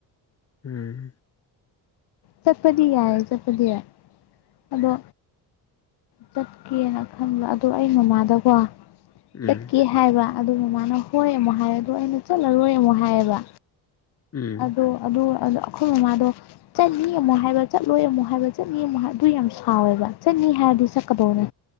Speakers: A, on the left; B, on the left.
A: ꯎꯝ
B: ꯆꯠꯄꯗꯤ ꯌꯥꯏ ꯆꯠꯄꯗꯤ ꯌꯥꯏ ꯑꯗꯣ ꯆꯠꯀꯦꯅ ꯈꯟꯕ ꯑꯗꯣ ꯑꯩ ꯃꯃꯥꯗꯀꯣ
A: ꯎꯝ
B: ꯆꯠꯀꯦ ꯍꯥꯏꯕ ꯑꯗꯨ ꯃꯃꯥꯅ ꯍꯣꯏ ꯑꯃꯨꯛ ꯍꯥꯏ ꯑꯗꯨ ꯑꯩꯅ ꯆꯠꯂꯔꯣꯏ ꯑꯃꯨꯛ ꯍꯥꯏꯌꯦꯕ
A: ꯎꯝ
B: ꯑꯗꯣ ꯑꯗꯨ ꯑꯩꯈꯣꯏ ꯃꯃꯥꯗꯣ ꯆꯠꯅꯤ ꯑꯃꯨꯛ ꯍꯥꯏꯕ ꯆꯠꯂꯣꯏ ꯑꯃꯨꯛ ꯍꯥꯏꯕ ꯆꯠꯅꯤ ꯑꯃꯨꯛ ꯍꯥꯏ ꯑꯗꯨ ꯌꯥꯝ ꯁꯥꯎꯋꯦꯕ ꯆꯠꯅꯤ ꯍꯥꯏꯔꯗꯤ ꯆꯠꯀꯗꯧꯅꯦ